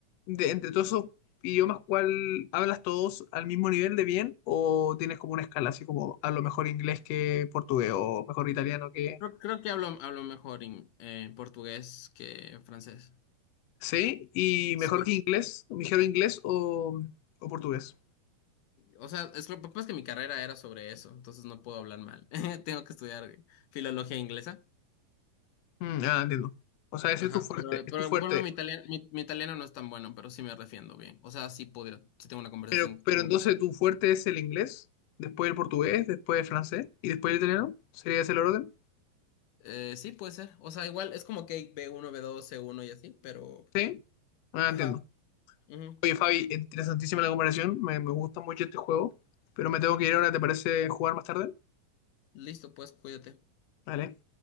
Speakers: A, on the left; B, on the left.
A: de, entre todos esos idiomas, ¿cuál hablas todos al mismo nivel de bien o tienes como una escala así como a lo mejor inglés que portugués o mejor italiano que...
B: creo, creo que hablo, hablo mejor en eh, portugués que francés.
A: Sí, y
B: Sí.
A: mejor que inglés, mejor inglés o, o portugués.
B: O sea, es que lo que pasa es que mi carrera era sobre eso, entonces no puedo hablar mal. <laughs> Tengo que estudiar filología inglesa.
A: Mm, ah, entiendo. O sea, ese
B: Ajá,
A: es tu fuerte,
B: pero,
A: es
B: pero
A: tu fuerte.
B: por ejemplo, mi italiano, mi, mi italiano no es tan bueno, pero sí me refiendo bien. O sea, sí pudiera, sí tengo una conversación
A: Pero, pero
B: con
A: entonces tu fuerte es el inglés, después el portugués, después el francés y después el italiano. ¿Sería ese el orden?
B: Eh, sí, puede ser. O sea, igual es como que hay B1, B2, C1 y así, pero...
A: Sí. Ah,
B: Ajá.
A: entiendo.
B: ujú.
A: Oye, Fabi, interesantísima la comparación. Me, me gusta mucho este juego. Pero me tengo que ir ahora, ¿te parece jugar más tarde?
B: Listo, pues cuídate.
A: Vale.